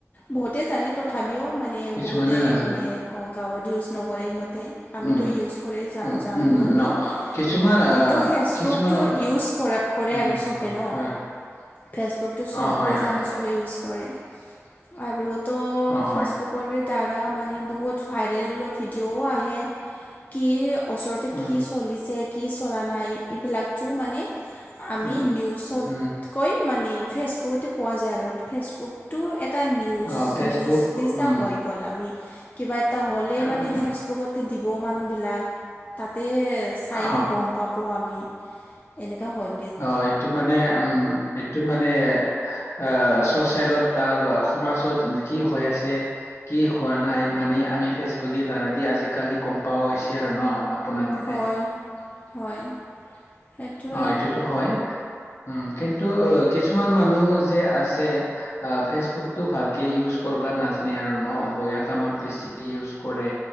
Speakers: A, on the left (about 30°); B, on the left (about 60°).
A: বহুতে জানে তথাপিও মানে <unintelligible>
B: কিছুমানে
A: বহুতে
B: নাজানো
A: মানে গাঁৱত ইউজ নকৰে সিহঁতে আমিতো
B: উম
A: ইউজ কৰে। জা
B: উম
A: জানোঁ
B: উম
A: আমি।
B: ন কিছুমান
A: অহ,
B: আহ
A: কিন্তু ফেচবুকটো
B: কিছুমান উম
A: ইউজ কৰা, কৰে
B: উম,
A: আৰু চবে
B: অ
A: ন'।
B: হয়
A: ফেচবুকটো চবেই
B: অ হয়
A: জানে,
B: হয়
A: চবেই
B: হয়
A: ইউজ কৰে আৰু ত'
B: অ
A: ফেচবুক
B: হয়
A: ফেচবুকৰ দ্বাৰা মানে বহুত ভাইৰেল ভিডিঅ'ও আহে, কি ওচৰতে
B: উম
A: কি চলিছে, কি চলা নাই এইবিলাকটো মানে আমি
B: উম
A: নিউজতকৈ
B: উম
A: মানে, ফেচবুকতে পোৱা যায়। আৰু ফেচবুক টো এটা নিউজ।
B: অ ফেচবুক
A: নিউজ নিচিনা
B: উম
A: হৈ গ'ল আমি। কিবা এটা হ'লেই
B: উম
A: মানে ফেচবুকতে দিব মানুহবিলাক তাতে চাইহে
B: অ
A: গম পাব আমি এনেকুৱা হয়।
B: অহ, এইটো এইটো মানে, এইটো মানে এইটো অহ, চচেলত বা সমাজত কি হৈ আছে। কি হোৱা নাই, মানে আমি ফেচবুকৰ দ্বাৰা দি আজিকালি গম পাওঁ হৈছি আৰু ন'। আপোনাৰ মতে
A: হয়, হয়। সেইটোৱে
B: অহ, এইটোতো হয় উম, কিন্তু কিছুমান মানুহ যে আছে অহ, ফেচবুকতটো ভালকে ইউজ কৰিব নাজানে আৰু ন' বেয়া কামত বেছি ইউজ কৰে।